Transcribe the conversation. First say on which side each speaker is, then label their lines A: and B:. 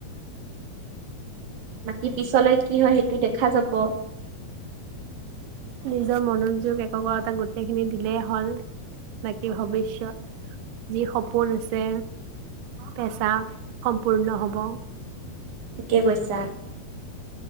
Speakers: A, on the right (about 60°); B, on the right (about 75°).
A: বাকী পিছলৈ কি হয় সেইটো দেখা যাব।
B: নিজৰ মনোযোগ একগা গোটেইখিনি দিলেই হ'ল বাকী ভৱিষ্যয়ত যি সপোন আছে পেচা সম্পূৰ্ণ হব।
A: থিকে কৈছা।